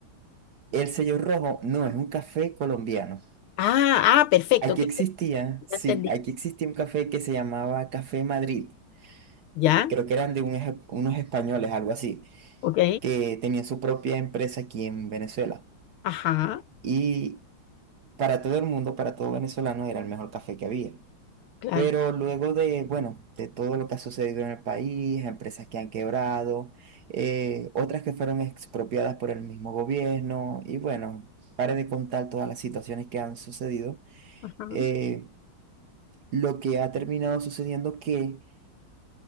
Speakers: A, on the right; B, on the left.
A: El sello rojo no es un café colombiano.
B: Ah, ah, perfecto,
A: Aquí
B: claro,
A: existía, sí,
B: ya entendí.
A: aquí existía un café que se llamaba Café Madrid.
B: Ya,
A: Creo que eran de un eje- unos españoles, algo así,
B: ok.
A: que tenía su propia empresa aquí en Venezuela.
B: Ajá,
A: Y para todo el mundo, para todo venezolano, era el mejor café que había.
B: claro.
A: Pero luego de, bueno, de todo lo que ha sucedido en el país, empresas que han quebrado, eh, otras que fueron expropiadas por el mismo gobierno, y bueno, pare de contar todas las situaciones que han sucedido,
B: Ajá.
A: eh, lo que ha terminado sucediendo que